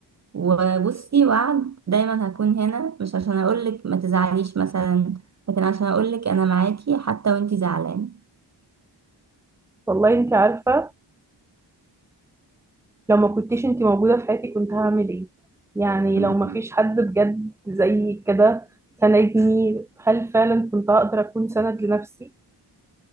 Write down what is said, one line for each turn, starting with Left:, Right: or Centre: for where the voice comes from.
Right: وبصي وعد دايما هكون هنا مش عشان اقولك ما تزعليش مثلا لكن عشان اقولك انا معاكي حتى وانتي زعلانه
Centre: والله انت عارفه لو ما كنتيش انتي موجودة في حياتي كنت هعمل ايه يعني
Right: مم.
Centre: لو ما فيش حد بجد زي كده سندني هل فعلا كنت هقدر اكون سند لنفسي